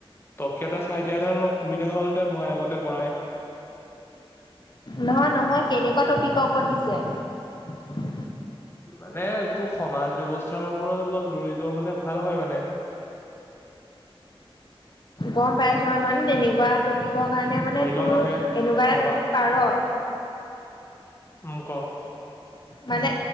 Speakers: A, on the left (about 25°); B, on the left (about 50°).
A: একেইটা চাই দিয়াত অলপ সুবিধা হ'ল হেতেন মই আগতে কৰাই
B: নহয় নহয় কেনেকুৱা টপিকৰ ওপৰত দিছে
A: মানে টো সমাজ ব্যৱস্থাৰ ওপৰত অলপ জড়িত হলে ভাল হয় মানে
B: গম পাইছ নহানে তেনেকুৱা লিখিৱৰ কাৰণে মানে
A: ধৰি
B: তোৰ
A: লও
B: এনেকুৱা
A: সমা
B: এটা টপিক পাৰ
A: উম ক
B: মানে